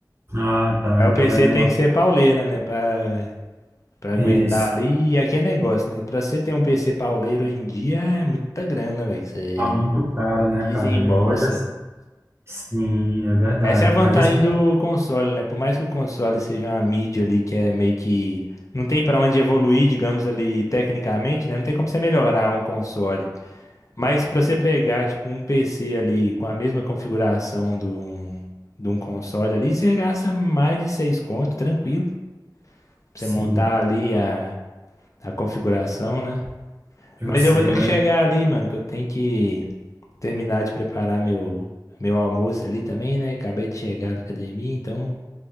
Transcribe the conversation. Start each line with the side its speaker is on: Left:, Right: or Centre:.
Right: Ah, tá.
Left: Mas
Right: Então
Left: o PC
Right: vai demorar.
Left: tem que ser pauleira, né? Pra, pra aguentar
Right: Isso.
Left: ali. E aqui é negócio, né? Pra você ter um PC pauleiro hoje em dia é muita grana, velho, que você
Right: Tá muito caro, né,
Left: desembolsa.
Right: cara? É, mas assim, sim, é verdade.
Left: Essa é a vantagem
Right: Mas assim,
Left: do console, né? Por mais que o console seja uma mídia ali que é meio que. Não tem pra onde evoluir, digamos ali, tecnicamente, né? Não tem como você melhorar um console. Mas pra você pegar, tipo, um PC ali com a mesma configuração do, de um console ali, você gasta mais de seis conto, tranquilo. Pra
Right: sim,
Left: você montar ali a a configuração, né?
Right: eu
Left: Mas
Right: sei,
Left: eu vou ter
Right: mas.
Left: que chegar ali, mano, que eu tenho que terminar de preparar meu, meu almoço ali também, né? Acabei de chegar na academia, então